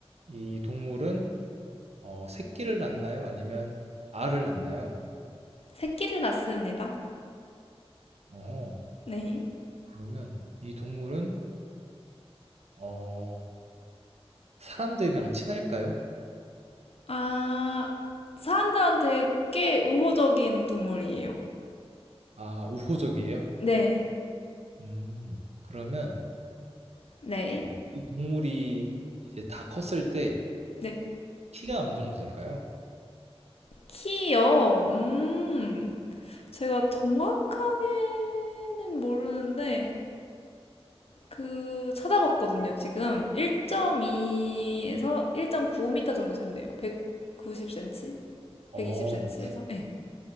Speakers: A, on the right; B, on the left.
A: 이 동물은 어 새끼를 낳나요? 아니면 알을 낳나요?
B: 새끼를 낳습니다.
A: 어
B: 네.
A: 그러면 이 동물은 어 사람들이랑 친할까요?
B: 아, 사람들한테 꽤 우호적인 동물이에요.
A: 아 우호적이에요.
B: 네.
A: 음 그러면
B: 네.
A: 어, 이 동물이 이제 다 컸을 때
B: 네.
A: 키가 어느 정도 될까요?
B: 키요. 음. 제가 정확하게는 모르는데 그 찾아봤거든요. 지금 1.2에서 1.9m 정도 된대요. 190cm?
A: 어,
B: 120cm에서? 네,